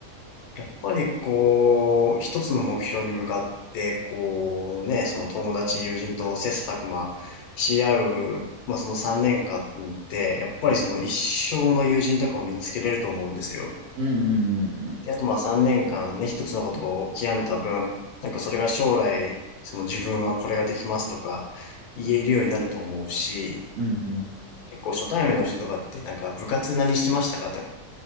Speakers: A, on the left (about 85°); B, on the right (about 70°).
A: やっぱりこう、一つの目標に向かって、こうね、その友達、友人と切磋琢磨し合う、まあその3年間って、やっぱりその一生の友人とかを見つけれると思うんですよ。
B: うんうんうんうん。
A: で、あとまあ3年間ね、一つのことを極めた分、なんかそれが将来、その自分はこれができますとか言えるようになると思うし、
B: うんうん。
A: 結構初対面の人とかってなんか部活何してましたかっ